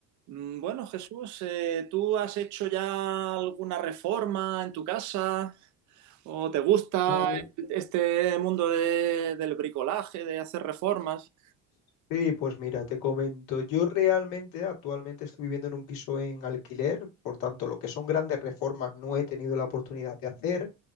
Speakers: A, on the right; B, on the left.
A: Mm, Bueno, Jesús, eh, ¿tú has hecho ya alguna reforma en tu casa? ¿O te gusta
B: Uh,
A: este mundo de- del bricolaje, de hacer reformas?
B: Sí, pues mira, te comento, yo realmente actualmente estoy viviendo en un piso en alquiler, por tanto, lo que son grandes reformas no he tenido la oportunidad de hacer.